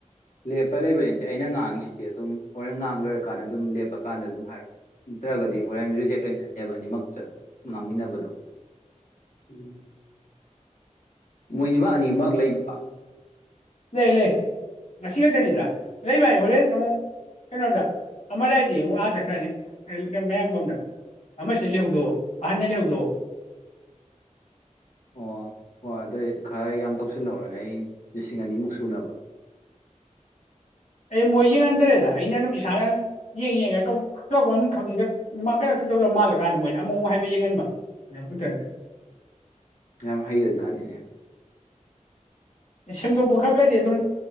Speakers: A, on the left; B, on the left.
A: ꯂꯦꯞꯄ ꯂꯩꯕꯩ ꯅꯠꯇꯦ ꯑꯩꯅ ꯉꯥꯡꯉꯤꯁꯤꯗꯤ ꯑꯗꯨꯝ ꯍꯣꯔꯦꯟ ꯉꯥꯡ ꯂꯣꯏꯔꯀꯥꯟꯗ ꯑꯗꯨꯝ ꯂꯦꯞꯄ ꯀꯥꯟꯗ ꯑꯗꯨꯝ ꯍꯥꯏꯔꯛꯑꯣ ꯅꯠꯇ꯭ꯔꯒꯗꯤ ꯍꯣꯔꯦꯟ ꯔꯤꯖꯦꯛ ꯑꯣꯏꯅ ꯆꯠꯅꯦꯕ ꯑꯅꯤꯃꯛ ꯉꯥꯡꯃꯤꯟꯅꯕꯗꯣ
B: ꯎꯝ
A: ꯃꯣꯏꯅꯤꯃꯛ ꯑꯅꯤꯃꯛ ꯂꯩꯕ꯭ꯔꯣ
B: ꯂꯩ ꯂꯩ ꯉꯁꯤ ꯈꯛꯇꯅꯤꯗ ꯂꯩ ꯚꯥꯏ ꯍꯣꯔꯦꯟ ꯑꯃꯨꯛ ꯀꯩꯅꯣꯗ ꯑꯃꯑꯥꯏꯗꯤ ꯑꯃꯨꯛ ꯑꯥ ꯆꯠꯈ꯭ꯔꯅꯤ ꯃꯌꯥꯡꯕꯝꯗ ꯑꯃꯁꯤꯅ ꯂꯩꯍꯧꯗꯣꯑꯣ ꯑꯍꯟꯅ ꯂꯩꯍꯧꯗꯣꯑꯣ
A: ꯑꯣ ꯍꯣꯏ ꯑꯗꯣꯏ ꯈꯔ ꯌꯥꯝ ꯇꯧꯁꯜꯂꯧꯔꯣ ꯅꯩ ꯂꯤꯁꯤꯡ ꯑꯅꯤꯃꯨꯛ ꯁꯨꯅꯕ
B: ꯑꯩ ꯃꯣꯏ ꯌꯦꯡꯍꯟꯗꯔꯦꯗ ꯑꯩꯅ ꯑꯗꯨꯝ ꯏꯁꯥꯅ ꯑꯗꯨꯝ ꯌꯦꯡ ꯌꯦꯡꯉꯒ ꯈꯪꯗꯧꯗ ꯃꯥꯜꯂꯀꯥꯟꯗ ꯃꯣꯏꯗ ꯑꯃꯨꯛ ꯑꯃꯨꯛ ꯍꯥꯏꯕ ꯌꯦꯡꯍꯟꯕ ꯈꯛꯇꯅꯤ
A: ꯌꯥꯝ ꯍꯩ ꯔꯖꯥꯠꯅꯤꯅꯦ
B: ꯁꯦꯝꯗꯣꯛꯄ ꯈꯔ ꯈꯔꯗꯤ ꯑꯗꯨꯝ